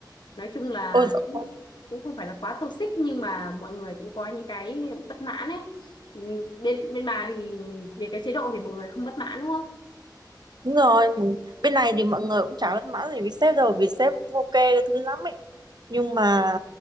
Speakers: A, on the left (about 75°); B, on the right (about 65°).
A: nói chung là
B: Ôi dồi
A: cũng cũng không phải là quá toxic nhưng mà mọi người cũng có những cái bất mãn ấy Ừ, bên bên bà thì về cái chế độ thì mọi người không bất mãn đúng không
B: Đúng rồi, m- bên này thì mọi người cũng chả bất mãn gì với sếp rồi vì sếp cũng ok cái thứ lắm ấy. Nhưng mà